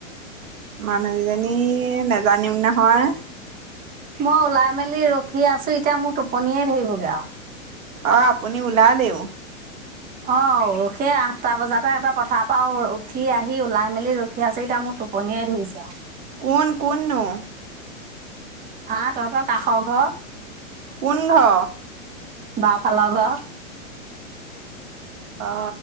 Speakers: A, on the right (about 80°); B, on the right (about 20°).
A: মানুহ কেইজনী নেজানিম নহয়।
B: মই ওলাই মেলি ৰখি আছো এতিয়া মোৰ টোপনিয়ে ধৰিবগৈ আৰু।
A: অঁ আপুনি ওলালেও।
B: অ সেই আঠটা বজাতে এবাৰ পথাৰ পাও উঠি আহি ওলাই মেলি ৰখি ৰখি আছো এতিয়া মোৰ টোপনিয়ে ধৰিছে আৰু।
A: কোন কোন নো?
B: হা তহঁতৰ কাষৰ ঘৰ।
A: কোন ঘৰ?
B: বাওঁফালৰ ঘৰ।
A: অ